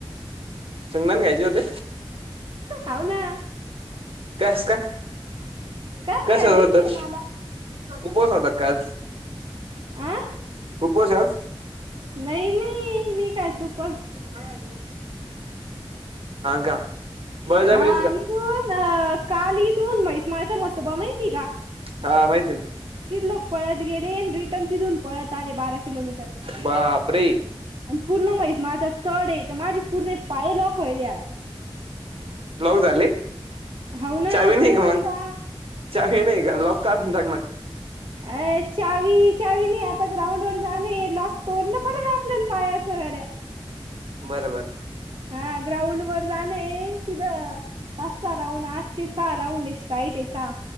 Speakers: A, on the right (about 80°); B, on the right (about 60°).
A: शेंगदाणे खायचे होते.
B: हाव ना.
A: कस काय
B: कस
A: कशा
B: काय दिसले
A: बदल?
B: मला
A: उपवास होता काय आज
B: आ
A: उपवास आहे आज.
B: नाही नाही मी काय चुक
A: हा का. बळजबरीच
B: हा
A: का
B: इथून अ काल इथून मैस माळचा मसोबा माहीती हाय का?
A: हा माहित आहे न.
B: तीथ लोक पळत गेले अन रिटर्न तिथून पळत आले बारा किलोमीटर.
A: बापरे
B: आणि पूर्ण मैस माळचा चढ आहे तर माझे पूर्ण पाय लॉक व्हायले आज.
A: ब्लाउज आले.
B: हाव ना
A: चावी नाही
B: पूर्ण
A: का
B: नसा
A: मग चावी नाही का लॉक काढून टाक ना.
B: <inaudible> ए चावी, चावी नाही आता ग्राउंड वर जाणं हे लॉक तोंडन पडल आपल्याला पायाचं गड्या.
A: बरं बरं.
B: हा, ग्राउंड वर जाणे हे. तिथं पाच, सहा राऊंड आजचे सहा राऊंड राईट आहे सहा,